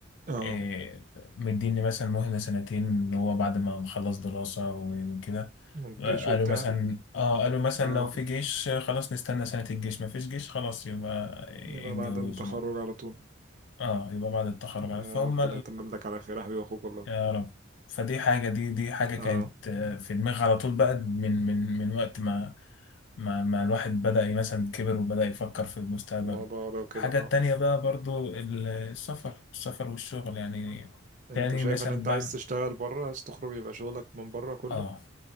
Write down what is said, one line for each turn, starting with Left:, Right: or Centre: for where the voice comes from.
Right: اه
Left: إيه، مديني مثلا مهله سنتين اللي هو بعد ما نخلص دراسه و- وكده
Right: والجيش
Left: قالوا
Right: وبتاع
Left: مثلا اه قالوا مثلا
Right: اه
Left: لو في جيش خلاص نستنى سنه الجيش ما فيش جيش خلاص يبقى
Right: يبقى
Left: اتجوز
Right: بعد التخرج
Left: بقى.
Right: على طول
Left: اه يبقى بعد التخرج
Right: آه
Left: فهم
Right: ربنا يتمم لك على خير يا حبيبي اخوك والله
Left: يا رب فدي حاجة دي دي حاجة
Right: اه
Left: كانت آه، في دماغي على طول بقى من من من وقت ما ما ما الواحد بدأ مثلا كبر وبدأ يفكر في مستقبله
Right: الموضوع ده وكده
Left: الحاجة
Right: اه
Left: التانية بقى برضو ال- السفر السفر والشغل يعني
Right: انت
Left: تاني
Right: شايف
Left: مثلا
Right: ان انت
Left: بقى
Right: عايز تشتغل بره عايز تخرج يبقى شغلك من بره كله
Left: اه